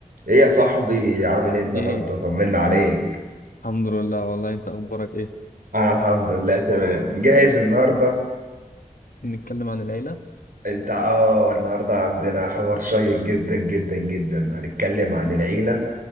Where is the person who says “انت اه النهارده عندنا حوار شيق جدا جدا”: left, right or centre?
Right